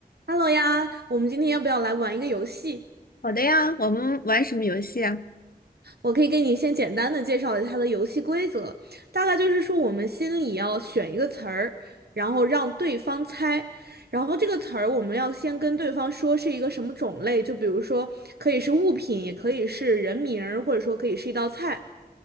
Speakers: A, on the right; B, on the left.
A: Hello 呀，我们今天要不要来玩一个游戏？
B: 好的呀，我们玩什么游戏啊？
A: 我可以给你先简单的介绍一下它的游戏规则，大概就是说我们心里要选一个词儿，然后让对方猜，然后这个词儿我们要先跟对方说是一个什么种类，就比如说可以是物品，也可以是人名儿，或者说可以是一道菜。